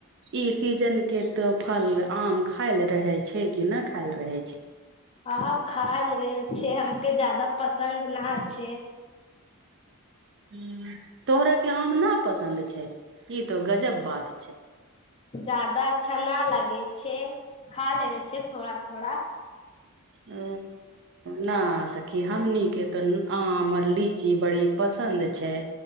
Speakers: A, on the right; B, on the left.
A: ई सीजनके तो फल आम खायल रहे छैय कि नहि खायल रहे छैय?
B: ह खा लेल छ हम के जदा पसन्द न छैय।
A: ह तोहरयके आम नहि पसन्द छैय ई तऽ गजब बात छैय।
B: ज्यादा अच्छा न लगे छैय खा लेबे छैय थोड़ा थोड़ा।
A: ओ ना सखी हमनिके तो आम आऔर लीची बड़ी पसन्द छैय।